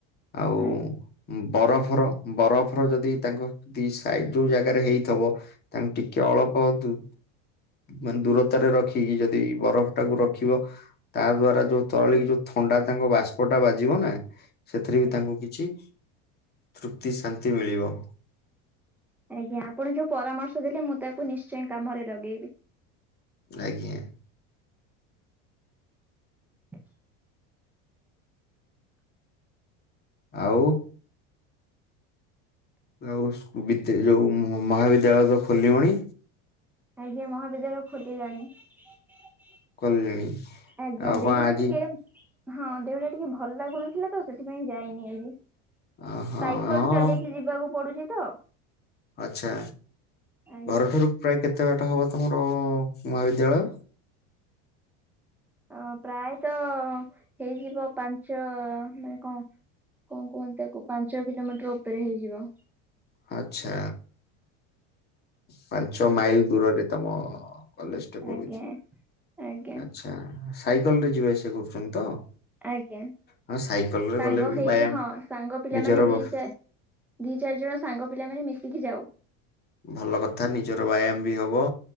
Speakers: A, on the left; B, in the centre.
A: ଆଉ
B: ଆଜ୍ଞା
A: ବରଫର ବରଫର ଯଦି ତାଙ୍କ ଦି ସାଇଡ ଯୋଉ ଜାଗାରେ ହେଇଥିବ ତାଙ୍କୁ ଟିକେ ଅଳପ ଧୁ ମାନେ ଦୂରତାରେ ରଖିକି ଯଦି ବରଫ ଟାକୁ ରଖିବ ତା ଦ୍ଵାରା ଯୋଉ ତଳିକି ଯୋଉ ଥଣ୍ଡା ତାଙ୍କ ବାଷ୍ପଟା ବାଜିବ ନା ସେଥିରେ ବି
B: ଆଜ୍ଞା।
A: ତାଙ୍କୁ କିଛି ତୃପ୍ତି ଶାନ୍ତି ମିଳିବ।
B: ଆଜ୍ଞା ଆପଣ ଯୋଉ ପରାମର୍ଶ ଦେଲେ ମୁଁ ତାକୁ ନିଶ୍ଚୟ କାମରେ ଲଗେଇବି।
A: ଆଜ୍ଞା।
B: ହଁ
A: ଆଉ ଆଉ ସ୍କୁ ଯୋଉ ମହାବିଦ୍ୟାଳୟ ତ ଖୋଲିବଣି।
B: ଆଜ୍ଞା ମହାବିଦ୍ୟାଳୟ ଖୋଲିଲାଣି।
A: ଖୋଲିଲେଣି
B: ଆଜ୍ଞା
A: ଆଉ
B: ଦେହ
A: କଣ ଆଜି
B: ଟା ଟିକେ ହଁ ଦେହଟା ଟିକେ ଭଲ ଲାଗୁନଥିଲା ତ ସେଥିପାଇଁ ଯାଇନି ଆଜି
A: ଅ, ହଁ
B: ସାଇକଲ
A: ହଁ
B: ଚଲେଇକି ଯିବାକୁ ପଡୁଛି ତ।
A: ଆଚ୍ଛା
B: ଆଜ୍ଞା।
A: ଘରଠାରୁ ପ୍ରାୟ କେତେ ବାଟା ହବ ତମର ମହାବିଦ୍ୟାଳୟ?
B: ଅ ପ୍ରାୟତ ହେଇଯିବ ପାଞ୍ଚ ମାନେ କଣ କଣ କୁହନ୍ତି ତାକୁ ପାଞ୍ଚ କିଲୋମିଟର ଉପରେ ହେଇଯିବ।
A: ଆଛା। ପାଞ୍ଚ ମାଇଲ ଦୂରରେ ତମ କଲେଜ। ପଡୁଚି
B: ଆଜ୍ଞା ଆଜ୍ଞା
A: ଆଛା ସାଇକଲ ରେ ଯିବା ଆସିବା କରୁଛନ୍ତି ତ?
B: ଆଜ୍ଞା
A: ହଁ ସାଇକେଲ ରେ
B: ସାଙ୍ଗ
A: ଗଲେ ବି
B: ହେଇକି
A: ବ୍ୟାୟାମ
B: ହଁ ସାଙ୍ଗ ପିଲାମାନେ
A: ନିଜର ଭ-
B: ଦି ଚା ଦି ଚାରି ଜଣ ସାଙ୍ଗ ପିଲାମାନେ ମିଶିକି ଯାଉ।
A: ଭଲ କଥା ନିଜର ବାୟାମ ବି ହବ